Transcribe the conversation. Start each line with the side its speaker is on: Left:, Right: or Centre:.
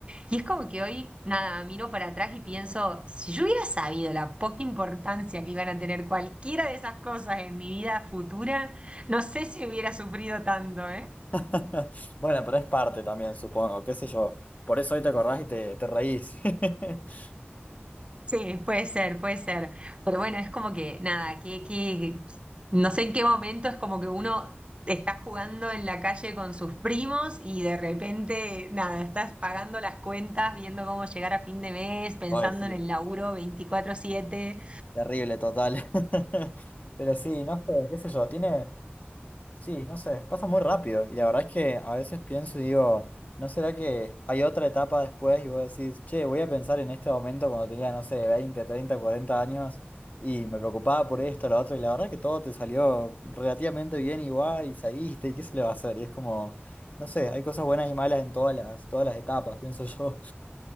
Right: Y es como que hoy, nada, miro para atrás y pienso, si yo hubiera sabido la poca importancia que iban a tener cualquiera de esas cosas en mi vida futura, no sé si hubiera sufrido tanto, ¿eh?
Left: <laughs> Bueno, pero es parte también, supongo. ¿Qué sé yo? Por eso hoy te acordás y te, te reís. <laughs>
Right: Sí, puede ser, puede ser. Pero bueno, es como que, nada, que, que, no sé en qué momento es como que uno está jugando en la calle con sus primos y de repente, nada, estás pagando las cuentas, viendo cómo llegar a fin de mes, pensando
Left: Uy, sí.
Right: en el laburo veinticuatro siete
Left: Terrible, total. <laughs> Pero sí, no sé, qué sé yo. Tiene. Sí, no sé, pasa muy rápido y la verdad es que a veces pienso y digo, ¿no será que hay otra etapa después y vos decís, che, voy a pensar en este momento cuando tenía, no sé, 20, 30, 40 años y me preocupaba por esto, lo otro y la verdad que todo te salió relativamente bien igual y saliste y qué se le va a hacer? Y es como, no sé, hay cosas buenas y malas en todas las, todas las etapas, pienso yo.